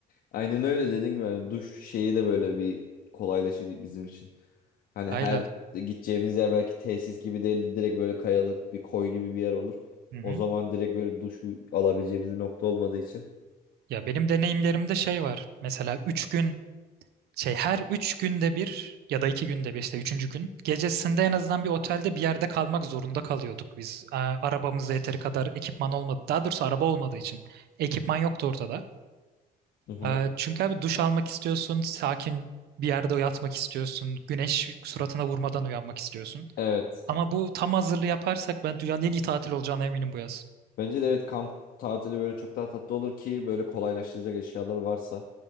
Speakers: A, on the left (about 60°); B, on the right (about 70°).
A: Aynen öyle dediğin gibi yani duş şeyi de böyle bir kolaylaşır bizim için. Hani
B: Aynen.
A: her gideceğimiz yer belki tesis gibi değil direkt böyle kayalık bir koy gibi bir yer olur.
B: Hı hı.
A: O zaman direkt böyle duşu alabileceğimiz bir nokta olmadığı için.
B: Ya benim deneyimlerimde şey var. Mesela 3 gün şey her üç günde bir ya da iki günde bir işte üçüncü gün gecesinde en azından bir otelde bir yerde kalmak zorunda kalıyorduk biz. Aa, Arabamızda yeteri kadar ekipman olmadı. Daha doğrusu araba olmadığı için ekipman yoktu ortada.
A: Hı hı.
B: Aa, Çünkü abi duş almak istiyorsun, sakin bir yerde yatmak istiyorsun, güneş suratına vurmadan uyanmak istiyorsun.
A: Evet.
B: Ama bu tam hazırlığı yaparsak ben dünyanın en iyi tatil olacağına eminim bu yaz.
A: Bence de evet kamp tatili böyle çok daha tatlı olur ki böyle kolaylaştıracak eşyalar varsa.